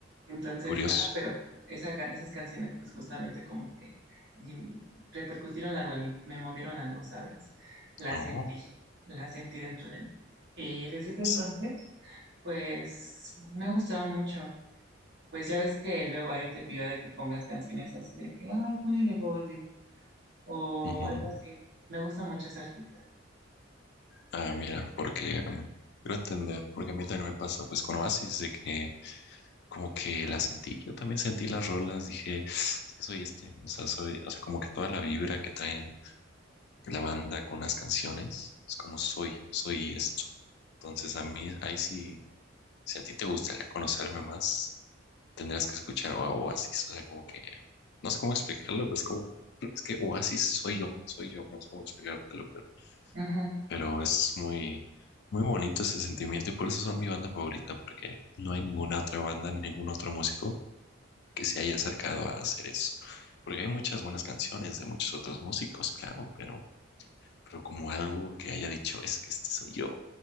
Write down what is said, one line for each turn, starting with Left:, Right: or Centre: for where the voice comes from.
Right: Entonces,
Left: curioso.
Right: ah, pero esa ca- esas canciones pues justamente como que di- repercutieron algo en mí, me movieron algo, ¿sabes? La
Left: No.
Right: sentí, la sentí dentro de mí. Y desde ese entonces,
Left: es-
Right: pues me gustaba mucho. Pues ya ves que luego ahí te pido de que pongas canciones así de que, ay, ponele Golden o
Left: ujú.
Right: algo así. Me gusta mucho ese artista.
Left: Ah, mira, porque mm, quiero entender, porque a mí también me pasa, pues con Oasis, de que como que la sentí, yo también sentí las rolas, dije, es que soy este, o sea, soy, o sea, como que toda la vibra que traen la banda con las canciones. Es como soy, soy esto. Entonces a mí, ahí sí, si a ti te gustaría conocerme más, tendrás que escuchar a Oasis. O sea, como que, no sé cómo explicarlo, pero es como, <clears throat> es que Oasis soy yo, soy yo, no sé cómo explicártelo, pero,
Right: Ujú.
Left: pero es muy, muy bonito ese sentimiento y por eso son mi banda favorita, porque no hay ninguna otra banda ni ningún otro músico que se haya acercado a hacer eso. Porque hay muchas buenas canciones de muchos otros músicos, claro, pero pero como algo que haya dicho, es que este soy yo.